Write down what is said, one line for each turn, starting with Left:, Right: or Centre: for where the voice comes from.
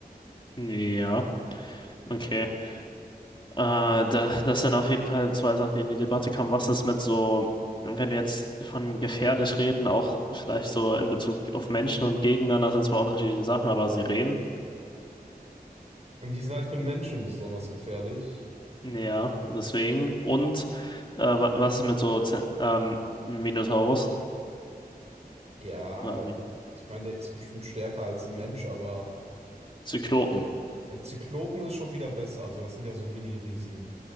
Left: Ja, okay. Äh, da, das sind auf jeden Fall zwei Sachen, die in die Debatte kamen. Was ist mit so, wenn wir jetzt von gefährlich reden, auch vielleicht so in Bezug auf Menschen und Gegeneinander, das sind zwar unterschiedliche Sachen, aber Sirenen,
Right: Und die sind halt für den Menschen besonders gefährlich.
Left: ja, deswegen. Und äh, wa- was ist mit so Zen- ähm, Minotaurus
Right: Ja,
Left: oder Min
Right: ich meine, der ist bestimmt stärker als ein Mensch, aber
Left: Zyklopen?
Right: der Zyklopen ist schon wieder besser. Also das sind ja so Mini-Riesen.